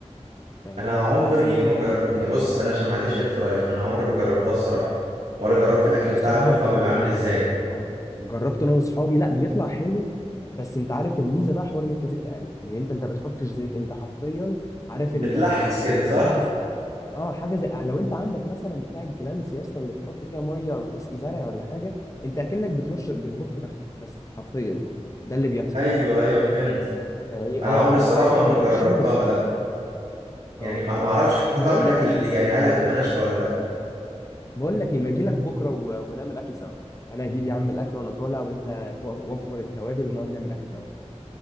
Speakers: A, on the left; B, on the right.
A: فاهم؟
B: انا عمري
A: أحسن من
B: ما
A: القلي
B: جر...
A: بكتير
B: يعني بص انا عشان ما عنديش اير فراير فانا عمري ما جربتها الصراحة
A: اه
B: ولا جربت الاكل
A: انا
B: بتاعها
A: الصراحه
B: بيطلع
A: جربته
B: بيبقى عامل ازاي
A: جر... آه، جربت انا واصحابي لا بيطلع حلو بس انت عارف الميزه بقى حوار ان انت زيت اقل لان انت انت بتحطش زيت انت حرفيا عارف
B: بتلحس
A: ال... ال...
B: كده
A: الجلانس
B: صح
A: اه حاجه زي آه، لو انت عندك مثلا بتاع الجلانس يا اسطى اللي بتحط فيها ميه وتسقي زرع ولا حاجه انت اكنك بترش بتبخ بخه بس حرفيا ده اللي بيحصل
B: ايوه ايوه فهمت
A: فهي
B: انا
A: اه
B: عمري
A: فانت
B: الصراحه
A: حرفيا
B: ما
A: هي
B: جربتها
A: بتشم الزيت
B: لا يعني
A: اه
B: ما ما اعرفش حتى
A: طب
B: طعم
A: بقول
B: الاكل
A: لك ايه
B: اللي يعني هل هتبقى ناشفه ولا لا
A: بقول لك ايه ما اجي لك بكره و... ونعمل اكل سوا انا اجيب يا عم الاكل وانا طالع وانت تو- وفر التوابل ونقعد نعمل اكل سوا